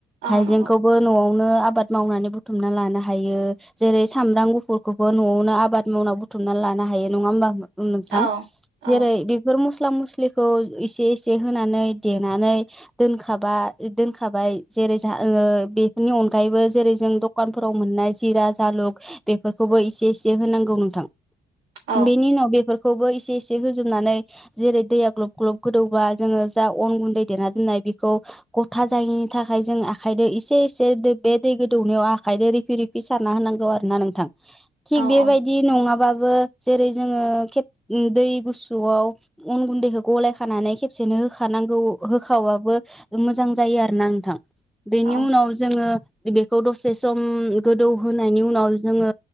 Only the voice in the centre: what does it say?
हाइजेंखौबो
न'आवनो आबाद मावनानै बुथुमना लानो हायो जेरै सामब्राम गुफुर खुलखौबो न'आवनो आबाद मावना बुथुमना लानो हायो नङा होमबा। औ‌ नोंथां
जेरै
बेफोर मस स्ला मस्लिखौ एसे एसे होनानै देनानै दोनखाबा दोनखाबाय जेरै जा ओ बेफोरनि अनगायैबो जेरै जों दखानफोराव मोननाय जिरा जालुक बेफोरखौबो इसे एसे होनांगौ नोंथां।
बेनि उनाव बेफोर बखौबो इसे इसे होजोबनानै जेरै दैया ग्लब ग्लब गोदौब्ला जोङो जा अन गुन्दै देना दोननाय बेखौ गथा जायैनि थाखाय जों आखायदो इसे एसे दै बे दै गोदौनायाव आखायदों रिफि रिफि सारना होनांगौ आरो ना नों थिग
बेबायदि नङाबा। बो जेरै जोङो खेब उम दै गुसुआव अन गुन्दैखौ गलाय खानानै खेबसेनो हो थानांगौ होखावबाबो। मोजां जायो आरो ना नोंथां! बेनि
उनाव जोङो बेदिखौ दसे सम गोदौ होनायनि उनाव जोङो